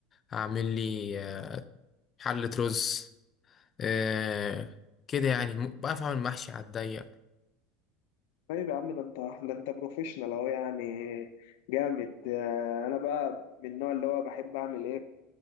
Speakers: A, on the left; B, on the left.
A: هعمل لي آه، حله رز آه كده يعني م- بعرف اعمل محشي على الضيق
B: طيب يا عم ده انت ده انت بروفيشنال اهو يعني جامد آه، انا بقى من النوع اللي هو بحب اعمل ايه